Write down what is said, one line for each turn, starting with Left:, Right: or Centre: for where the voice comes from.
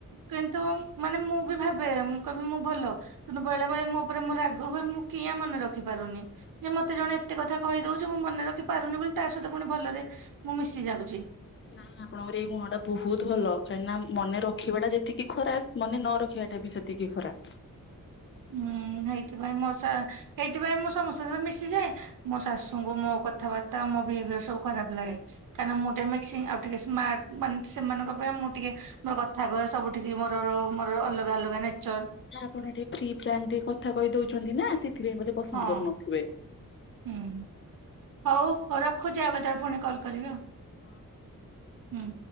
Right: କିନ୍ତୁ ମାନେ ମୁଁ ବି ଭାବେ ମୁଁ କହିବି ମୁଁ ଭଲ। କିନ୍ତୁ ବେଳେ ବେଳେ ମୋ ଉପରେ ମୋର ରାଗ ହୁଏ ମୁଁ କିଆଁ ମନେ ରଖି ପାରୁନି। ଯେ ମତେ ଜଣେ ଏତେ କଥା କହିଦଉଚି ମୁଁ ମନେ ରଖିପାରୁନି ବୋଲି ତା ସହିତ ପୁଣି ଭଲରେ ମୁଁ ମିଶି ଯାଉଛି।
Left: ନାଇଁ ଆପଣଙ୍କର ଏଇ ଗୁଣ ଟା ବହୁତ ଭଲ କାହିଁକି ନା ମନେ ରଖିବା ଟା ଯେତିକି ଖରାପ ମାନେ ନ ରଖିବାଟା ବି ସେତିକି ଖରାପ।
Right: ହୁଁ ହେଇଥିପାଇଁ ମୋ ସା ହେଇଥିପାଇଁ ମୁଁ ସମସ୍ତଙ୍କ ସହିତ ମିଶିଯାଏ। ମୋ ଶାଶୁଙ୍କୁ ମୋ କଥାବାର୍ତ୍ତା ମୋ ବିହେବିୟର ସବୁ ଖରାପ ଲାଗେ। କାହିଁକିନା ମୁଁ ଟିକେ ମିକ୍ସିଂ ଆଉ ଟିକେ ସ୍ମାର୍ଟ ମାନେ ସେମାନଙ୍କ ଅପେକ୍ଷା ମୁଁ ଟିକେ ମୋର କଥା କହି ସବୁଠିକି ମୋର ମୋର ଅଲଗା ଅଲଗା ନେଚର।
Left: ଆପଣ ଟିକେ ଫ୍ରି ଫ୍ରାଙ୍କ ଟିକେ କଥା କହି ଦଉଛନ୍ତି ନା ସେଥିପାଇଁ ବୋଧେ ପସନ୍ଦ
Right: ହଁ।
Left: କରୁନଥିବେ।
Right: ହୁଁ। ହଉ ହଉ ରଖୁଛି ଆଉ କେତେବେଳେ ପୁଣି କଲ୍ କରିବି ଆଉ।
Left: ହଁ।
Right: ହୁଁ।